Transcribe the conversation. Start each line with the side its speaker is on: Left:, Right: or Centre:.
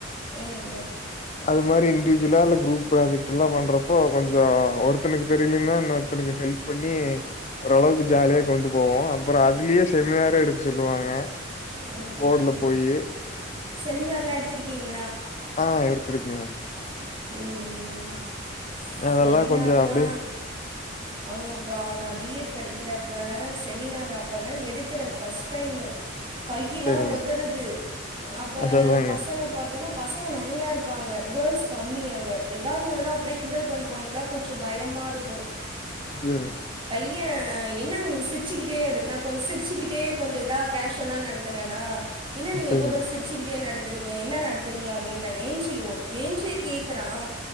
Right: ம்
Left: அது மாரி இன்டிஜிலா இல்ல குரூப் ப்ராஜெக்ட் எல்லா பண்றப்போ கொஞ்ச ஒருத்தனுக்கு தெரிலினா இன்னோருத்தனுக்கு ஹெல்ப் பண்ணி ஒரளவுக்கு ஜாலியா
Right: ம்
Left: கொண்டு போவோ அப்பற அதுலியே செமினாரு எடுக்க சொல்லுவாங்க
Right: ம்
Left: போர்டுல
Right: ம்
Left: போயி
Right: செமினார்லா எட்த்திருக்கீங்க
Left: ஆ எடுத்துருக்கே
Right: ம் ம்
Left: அதெல்லாம்
Right: செமினார்லா
Left: கொஞ்சம் அப்படியே
Right: ஆமாப்பா நா பீ எட் படிக்கிறப்ப செமினார் அப்பதா எடுக்கற ஃபர்ஸ்ட் டைமு கையெல்லா
Left: சரிங்க.
Right: ஒதறுது அப்ப
Left: அது அதாங்க.
Right: பசங்க பாத்தோனா பசங்க நெறயா இருப்பாங்க கேள்ஸ் கம்மி அங்க எதாவது ஒண்ணுனா அப்டியே கிண்டல் பண்ணுவாங்களா கொஞ்ச பயமா இருக்கு
Left: சேரிங்க
Right: ஏ என்னங்க நீ சிரிச்சுக்கிட்டே எடு நா கொஞ் சிரிச்சுக்கிட்டே கொஞ்ச இதா கேசுவலா நடத்துனனா என்னா நீங்க
Left: சரிங்க,
Right: எப்ப பாரு சிரிச்சுகிட்டே நடத் சேரிங்க என்ன நடத்துறீங்க அப்டின்டா ஏஞ்ன்சி ஓ ஏஞ்சே கேக்குறா